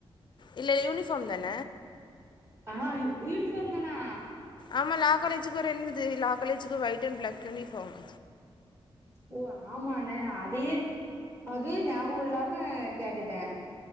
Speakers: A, on the left; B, on the right.
A: இல்ல யூனிபார்ம் தான
B: ஆ யூனிபார்ம் தானா
A: ஆமா லா காலேஜுக்கு ஒரு என்னுது லா காலேஜுக்கு ஒயிட் அண்ட் பிளாக் யூனிஃபார்ம்
B: ஓ ஆமாண்ண நா அதயே அதே ஞாபகோ இல்லாம கேட்டுட்டே